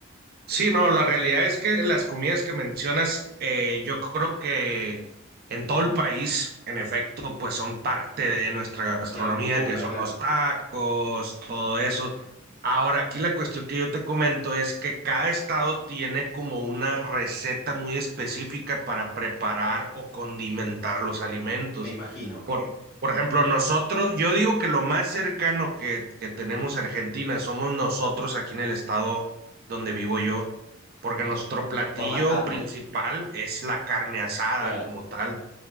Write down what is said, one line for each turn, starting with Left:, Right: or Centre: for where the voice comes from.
Right: Sí, no, la realidad es que las comidas que mencionas, eh, yo creo que en todo el país, en efecto, pues son parte de nuestra gastronomía,
Left: de la cultura,
Right: que son
Left: claro.
Right: los tacos, todo eso. Ahora, aquí la cuestión que yo te comento es que cada estado tiene como una receta muy específica para preparar o condimentar los alimentos.
Left: Me imagino,
Right: Por, por ejemplo, nosotros, yo digo que lo más cercano que, que tenemos a Argentina somos nosotros aquí en el estado donde vivo yo, porque nuestro platillo
Left: por la carne.
Right: principal es la carne asada
Left: Claro.
Right: como tal.